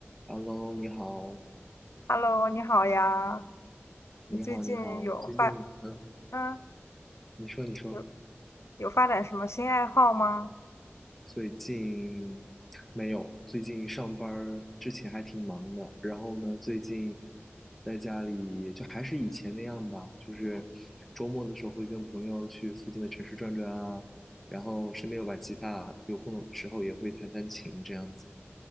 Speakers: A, in the centre; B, on the left (about 90°).
A: Hello，你好，
B: Hello，你好呀，
A: 你好，
B: 你最近有发
A: 你好。最近，嗯，
B: 嗯
A: 你说，你说，
B: 有有发展什么新爱好吗？
A: 最近没有，最近上班儿之前还挺忙的，然后呢，最近在家里就还是以前那样吧，就是周末的时候会跟朋友去附近的城市转转啊，然后身边有把吉他，有空的时候也会弹弹琴这样子。